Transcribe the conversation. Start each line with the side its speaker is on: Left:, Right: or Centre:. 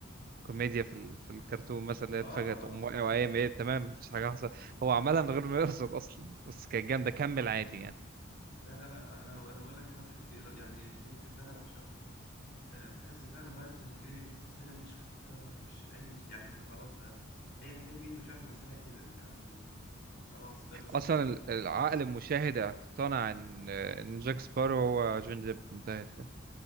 Right: كوميديا في ال... في الكرتون مثلا اللي هي
Left: اه
Right: اتفاجئت
Left: اه
Right: تقوم واقع وقايم ايه تمام مفيش حاجه حصلت هو عملها من غير ما يقصد اصلا بس كانت جامده كمل عادي يعني
Left: لا لا لا انا انا بقول لك انا بحب يعني جوني ديب ده انا بعشقه آه، بحس فعلا بايرتس اوف ذا كاريبيان دي سلسلة مش هتتكرر مش اي يعني انت خلاص ده ايا كان مين مش عارف يمثلها كده يعني خلاص خلصت
Right: اصلا ال- العقل المشاهد اقتنع ان ان جاك سبارو هو جوني ديب انتهت كده